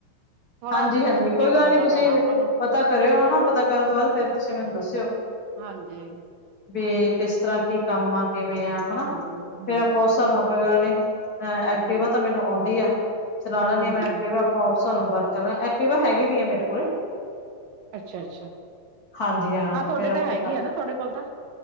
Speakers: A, on the right; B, on the left.
A: ਥੋੜਾ
B: ਹਾਂਜੀ-ਹਾਂਜੀ,
A: ਚੁਸਤ ਜਿਹਾ
B: ਕੋਈ
A: ਬਣਨਾ
B: ਗੱਲ ਨੀ ਤੁਸੀਂ
A: ਪੈਣਾ ਆਪਾਂ ਨੂੰ
B: ਪਤਾ ਕਰਿਓ, ਹਨਾ ਪਤਾ ਕਰਨ ਤੋਂ ਬਾਦ ਫੇਰ ਤੁਸੀਂ ਮੈਨੂੰ ਦੱਸਿਓ।
A: ਹਾਂਜੀ।
B: ਵੀ ਕੇਸ ਤਰ੍ਹਾਂ ਕੀ ਕੰਮ ਆ, ਕਿਵੇਂ ਆ, ਹਨਾ।
A: ਹਾਂਜੀ
B: ਫੇਰ
A: ਹਾਂਜੀ
B: ਆਪਾਂ ਓਸ ਸਾਬ ਨਾਲ ਕੋਈ ਗੱਲ ਨੀ, ਅ ਐਕਟੀਵਾ
A: ਹਾਂਜੀ
B: ਤਾਂ ਮੈਨੂੰ ਔੰਦੀ ਆ। ਚਲਾ
A: ਹਮ
B: ਲੈਂਣੀ ਆਂ ਮੈਂ ਐਕਟੀਵਾ, ਅਪਾਂ ਔਫਸਾ ਨਾਲ ਬਰਕਰ ਆਂ। ਐਕਟੀਵਾ ਹੈਗੀ ਵੀ ਐ ਮੇਰੇ ਕੋਲ।
A: ਅੱਛਾ ਅੱਛਾ
B: ਹਾਂਜੀ ਹਾਂ,
A: ਤੁਹਾਡੇ
B: ਫੇਰ ਆਪਾਂ
A: ਤਾਂ ਹੈਗੀ ਆ ਨਾ ਤੁਹਾਡੇ ਕੋਲ ਤਾਂ